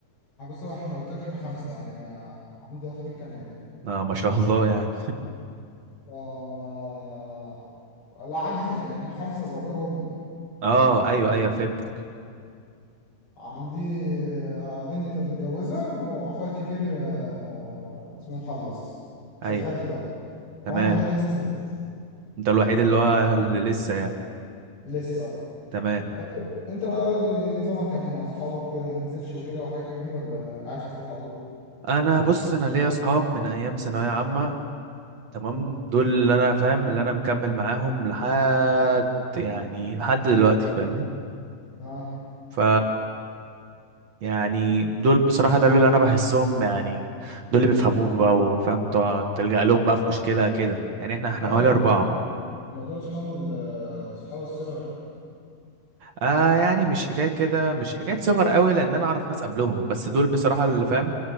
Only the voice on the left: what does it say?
آه، بص هو احنا قلت لك احنا خمسه يعني آه، عندي اخين كمان
آه... لا عندي خ- يعني احنا خمسه بابويا وامي
عندي آه، بنت متجوزه واخويا الكبير آه، اسمه مخلص شغال
دلوقتي
وانا الوحيد اللي لسه بدرس
لسه
وانت انت بقى قول لي ايه نظامك يعني مع اصحابك وكده ما تنزلش وكده وحاجات من دي ولا قاعد في البيت على طول
اه
اه
ما
دول ما دول صحاب ال- صحاب الصغر